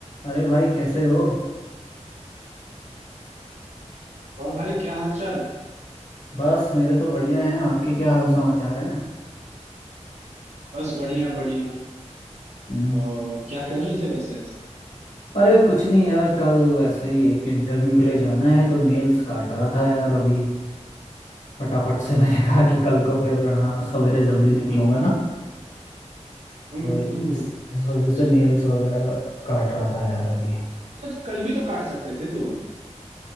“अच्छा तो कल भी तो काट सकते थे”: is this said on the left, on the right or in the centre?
Right